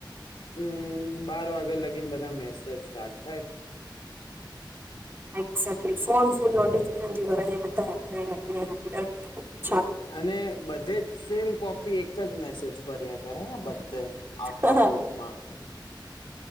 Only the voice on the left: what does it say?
હમ બાર વાગ્યા લગીને બધા મેસેજ સ્ટાર્ટ થાય.
અને બધે જ સેમ કોપી એક જ મેસેજ ફર્યા કરે બધે આફા
ગ્રુપમાં.